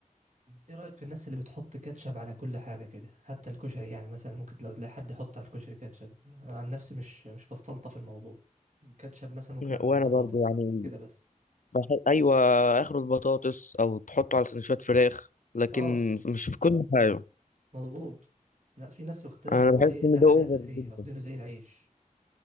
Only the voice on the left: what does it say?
وانا
برضو يعني
بحب ايوه اخر البطاطس او تحطه على سندوتشات فراخ لكن
مش في كل حاجه
انا
بحس
ان
ده
اوفر
جدا